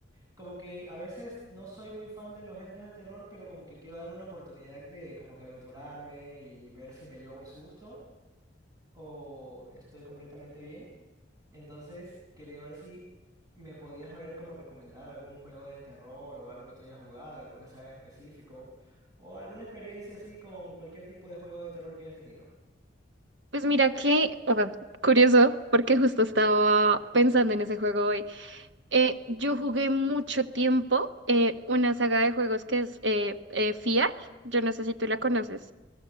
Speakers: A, on the right (about 20°); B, on the right (about 75°).
A: Como que a veces no soy muy fan de los géneros de terror, pero como que quiero darme una oportunidad de como que aventurarme y ver si me llevo un susto o estoy completamente bien. Entonces quería ver si me podías ver como recomendar algún juego de terror o algo que tú hayas jugado, alguna saga en específico o alguna experiencia así con cualquier tipo de juego de terror que hayas tenido.
B: Pues mira que, o sea, curioso, porque justo estaba pensando en ese juego hoy. Eh, yo jugué mucho tiempo eh, una saga de juegos que es eh, eh, FIAR, yo no sé si tú la conoces